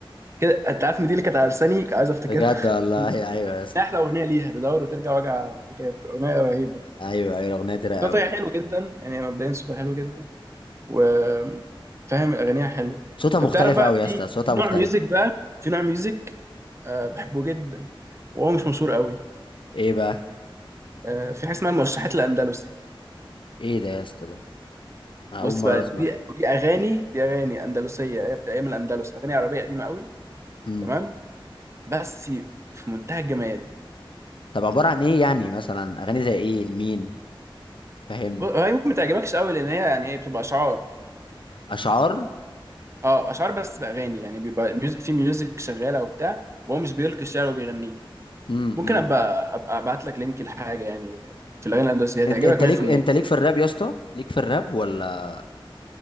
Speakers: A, on the right; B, on the left.
A: كده انت عارف ان دي اللي كانت على لساني كنت عايز افتكرها
B: بجد والله
A: <laughs>
B: <laughs> ايوه يا اسطى
A: احلى اغنيه ليها تدور وترجع وجع اعتكاف اغنيه رهيبه
B: ايوه ايوه الاغنيه دي رايقه
A: صوتها
B: قوي
A: حلو جدا يعني مبدئيا صوتها حلو جدا وفاهم اغانيها حلو
B: صوتها
A: طب
B: مختلف
A: تعرف بقى
B: قوي يا
A: في
B: اسطى صوتها
A: في نوع
B: مختلف
A: ميوزك بقى في نوع ميوزك آه بحبه جدا وهو مش مشهور قوي
B: ايه بقى
A: آه في حاجه اسمها الموشحات الاندلسي
B: ايه ده يا اسطى ده أنا
A: بص
B: اول مره
A: بقى
B: اسمع
A: دي دي اغاني دي اغاني اندلسيه ايام أيام الاندلس اغاني عربيه قديمه قوي
B: امم
A: تمام بس في منتهى الجمال
B: طب عباره عن ايه يعني مثلا اغاني زي ايه لمين فهمني
A: ب- هي ممكن ما تعجبكش قوي لان هي يعني هي بتبقى اشعار
B: اشعار
A: اه اشعار بس باغاني يعني بيبقى الميوزك في ميوزك شغاله وبتاع وهو مش بيلقي الشعر وبيغنيه
B: امم
A: ممكن ابقى ابقى ابعت لك لينك لحاجه يعني في الاغاني الهندسيه هتعجبك
B: انت انت
A: 100%
B: ليك انت ليك في الراب يا اسطى ليك في الراب ولا